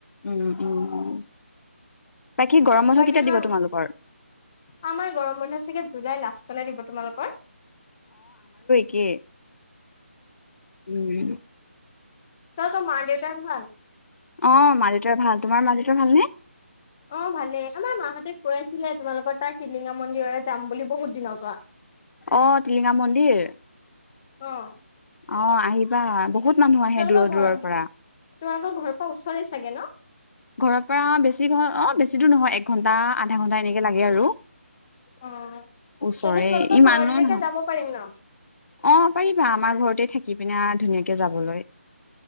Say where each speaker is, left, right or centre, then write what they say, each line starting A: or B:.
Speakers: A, on the left; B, on the left.
A: উম উম বাকী গৰম বন্ধ
B: বাকী
A: কেতিয়া
B: তোমাৰ
A: দিব তোমালোকৰ
B: আমাৰ গৰম বন্ধ চাগে জুলাই লাষ্টলৈ দিব তোমালোকৰ
A: কে উম
B: তহতৰ মা-দেউতা ভাল
A: অ মা দেউতাৰ ভাল তোমাৰ মা দেউতাৰ ভালনে
B: অ ভালেই আমাৰ মা হঁতে কৈ আছে আছিলে তোমালোক ঙা মন্দিৰলে যাম বুলি বহুত দিনৰ পৰা
A: অ টিলিঙা মন্দিৰ
B: অ'।
A: অ আহিবা বহুত মানুহ আহে
B: তোমালোকৰ
A: দূৰৰ দূৰৰ
B: ঘৰ তোমালোকৰ
A: পৰা
B: ঘৰৰ পৰা ওচৰে চাগে ন?
A: ঘৰৰ পৰা বেছি ঘ অ বেছি দূৰ নহয় এক ঘন্টা আধা ঘণ্টা এনেকে লাগে আৰু।
B: অ',
A: ওচৰে
B: তেন্তে তোমালোকৰ
A: ইমানো
B: ঘৰলৈকে
A: নহয়
B: যাব পাৰিম ন?
A: অ' পাৰি। আমাৰ ঘৰতে থাকি পিনে ধুনীয়াকে যাবলৈ